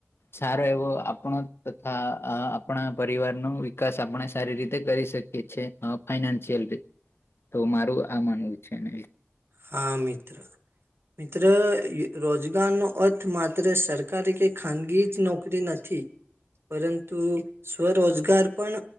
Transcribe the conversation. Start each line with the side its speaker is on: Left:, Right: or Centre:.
Left: સારો એવો આપણો તથા આપણા પરિવાર ન વિકાસ આપણે સારી રીતે કરી શકીએ છીએ ફનાશયલ તો મારું આ માનવું છે ને
Right: હા મિત્ર
Left: <inaudible>
Right: મિત્ર રોજગારનો અર્થ માત્ર સરકારી કે ખાનગી જ નોકરી નથી. પરંતુ સ્વરોજગાર પણ